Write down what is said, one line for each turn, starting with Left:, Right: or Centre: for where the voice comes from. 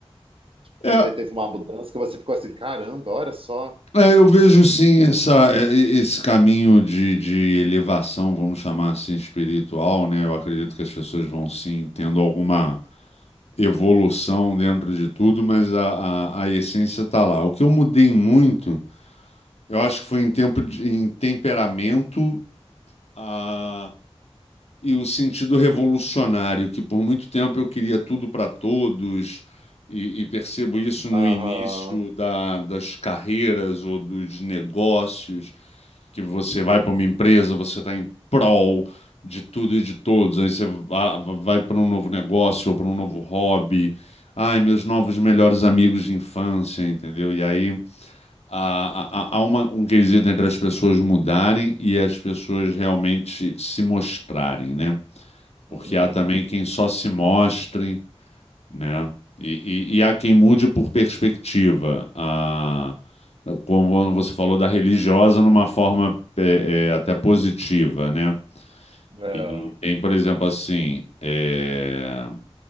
Left: É,
Right: teve, teve uma mudança que você ficou assim, caramba, olha só.
Left: É, eu vejo sim essa, é, e- esse caminho de, de elevação, vamos chamar assim, espiritual, né? Eu acredito que as pessoas vão sim tendo alguma evolução dentro de tudo, mas a, a, a essência tá lá. O que eu mudei muito, eu acho que foi em tempo de, em temperamento a, e o sentido revolucionário, que por muito tempo eu queria tudo para todos. E, e percebo isso no
Right: Aham.
Left: início da, das carreiras ou dos negócios que você vai para uma empresa, você está em prol de tudo e de todos, aí você va- vai para um novo negócio ou para um novo hobby. Ai, meus novos melhores amigos de infância, entendeu? E aí há, há- há uma- um quesito entre as pessoas mudarem e as pessoas realmente se mostrarem, né? Porque
Right: Uhum.
Left: há também quem só se mostra né? E, e, e há quem mude por perspectiva. A, como você falou da religiosa numa forma é, é, até positiva, né?
Right: É.
Left: E e tem, por exemplo, assim, é,